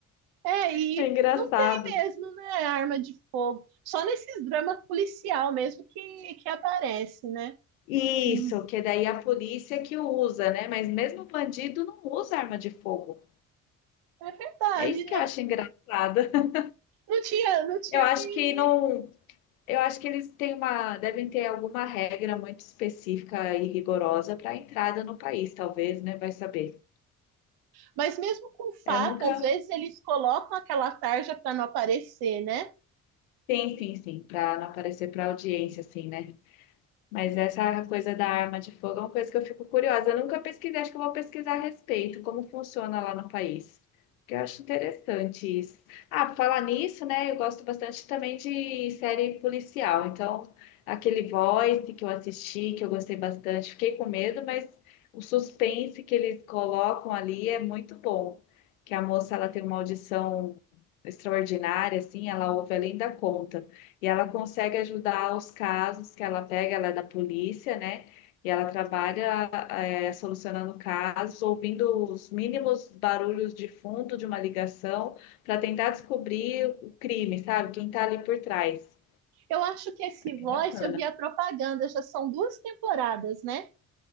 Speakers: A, on the right; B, on the left.
A: É, e
B: É engraçado.
A: não tem mesmo, né? Arma de fogo. Só nesses dramas policial mesmo que, que aparece, né?
B: Isso,
A: Hum,
B: que daí a polícia que usa, né? Mas mesmo o bandido não usa arma de fogo.
A: É verdade,
B: É isso
A: né?
B: que eu acho engraçado. <laughs>
A: Não tinha, não tinha
B: Eu acho
A: me
B: que não. Eu acho que eles têm uma, devem ter alguma regra muito específica e rigorosa para a entrada no país, talvez, né? Vai saber.
A: Mas mesmo com faca,
B: Eu nunca.
A: às vezes eles colocam aquela tarja para não aparecer, né?
B: Sim, sim, sim, para não aparecer para audiência, assim, né? Mas essa coisa da arma de fogo é uma coisa que eu fico curiosa. Eu nunca pesquisei, acho que eu vou pesquisar a respeito, como funciona lá no país. Porque eu acho interessante isso. Ah, por falar nisso, né? Eu gosto bastante também de série policial. Então, aquele Voice que eu assisti, que eu gostei bastante, fiquei com medo, mas o suspense que eles colocam ali é muito bom. Que a moça ela tem uma audição extraordinária, assim, ela ouve além da conta. E ela consegue ajudar os casos que ela pega, ela é da polícia, né? E ela trabalha é, solucionando casos, ouvindo os mínimos barulhos de fundo de uma ligação para tentar descobrir o crime, sabe? Quem está ali por trás.
A: Eu acho que esse
B: É
A: Voice,
B: bacana.
A: eu vi a propaganda, já são duas temporadas, né?